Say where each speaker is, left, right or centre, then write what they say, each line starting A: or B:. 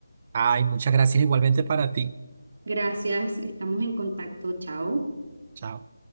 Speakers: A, on the right; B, on the right.
A: Ay, muchas gracias igualmente para ti.
B: Gracias, estamos en contacto. Chao.
A: Chao.